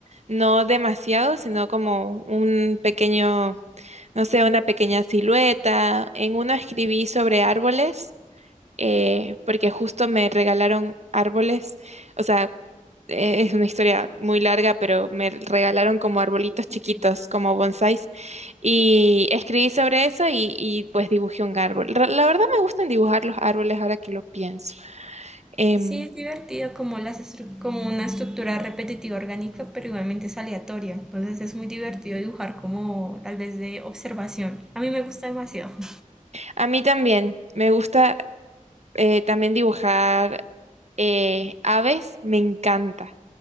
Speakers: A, on the right (about 55°); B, in the centre.
A: No demasiado, sino como un pequeño, no sé, una pequeña silueta. En uno escribí sobre árboles, eh, porque justo me regalaron árboles. O sea, eh, es una historia muy larga, pero me regalaron como arbolitos chiquitos,
B: ok.
A: como bonsáis. Y escribí sobre eso y, y, pues dibujé un árbol. Ra- La verdad me gustan dibujar los árboles ahora que lo pienso. Em,
B: Sí, es divertido como, las estru- como una estructura repetitiva orgánica, pero igualmente es aleatoria. Entonces es muy divertido dibujar como tal vez de observación. A mí me gusta demasiado. <laughs>
A: A mí también. Me gusta eh, también dibujar eh, aves. Me encanta.